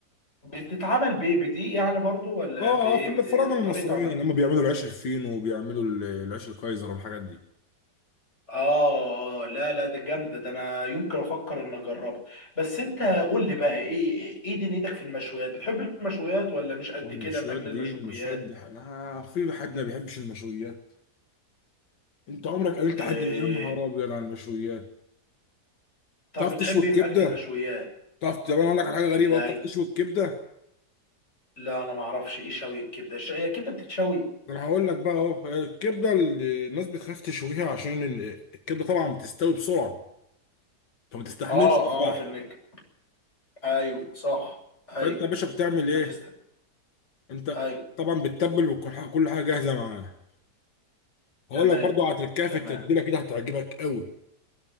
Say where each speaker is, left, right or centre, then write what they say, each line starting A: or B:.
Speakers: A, on the left; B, on the left.
A: بتتعمل بايه بدي يعني برضو ولا
B: اه
A: بايه
B: اه في
A: بت...
B: الفراعنه المصريين
A: طريقه عمل
B: لما بيعملوا العيش الفينو وبيعملوا ال- العيش الكايزر والحاجات دي
A: اه اه لا لا ده جامده ده انا يمكن افكر ان اجربها بس انت قول لي بقى ايه ايه دنيتك في المشويات بتحب المشويات ولا مش قد
B: والمشويات
A: كده في اكل المشويات
B: دي المشويات دي حاجة. آه في حد ما بيحبش المشويات انت عمرك قابلت
A: إيه...
B: حد يا نهار ابيض على المشويات
A: طب
B: تعرف
A: بتحب
B: تشوي
A: ايه
B: الكبده
A: في اكل المشويات
B: تعرف طب انا اقول لك على حاجه غريبه
A: لا
B: أهو، بتعرف تشوي الكبده
A: لا انا ما اعرفش ايه شوي الكبده الش- هي الكبده بتتشوي
B: انا هقول لك بقى اهو هي الكبده اللي الناس بتخاف تشويها عشان ال- الكبده طبعا بتستوي بسرعه فما تستحملش
A: اه
B: الفحم
A: اعرف انك ايوه صح ايوه
B: فانت يا باشا بتعمل
A: ما
B: ايه
A: تست
B: انت
A: ايوه
B: طبعا بتتبل وكل حاجه كل حاجة جاهزه معاه هقول
A: تمام
B: لك برضو على تركايه في
A: تمام
B: التتبيله كده هتعجبك قوي